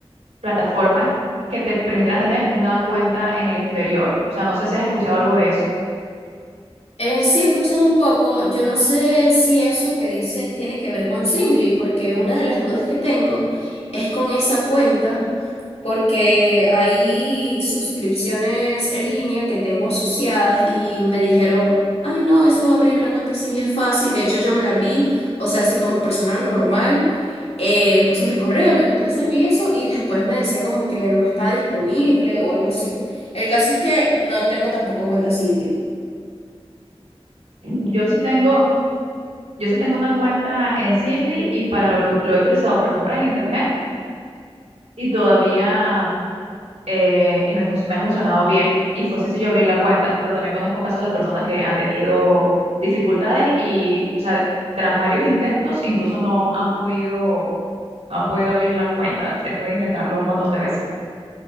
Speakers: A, on the right; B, on the left.
A: plataformas que te permitirán tener una cuenta en el exterior. O sea, no sé si has escuchado algo de eso.
B: Eh, sí he escuchado un poco, yo no sé si eso que dices tiene que ver con Simly, porque una de las dudas que tengo es con esa cuenta. porque hay suscripciones en línea que tengo asociadas y me dijeron, ay no, eso de abrir la cuenta Silvia es fácil, de hecho yo me la abrí, o sea, así como persona normal, eh, puse mi correo, mi contraseña y eso, y después me decía como que no estaba disponible o algo así. El caso es que no tengo tampoco cuenta Silvia.
A: Yo sí tengo, yo sí tengo una cuenta en Zinli y para lo que lo he utilizado para compras en internet y todavía eh, y me, fun- me ha funcionado bien y fue sencillo abrir la cuenta, pero también conozco casos de personas que han tenido dificultades y, o sea, tras varios intentos, incluso no han podido No han podido abrir la cuenta después de intentarlo un montón de veces.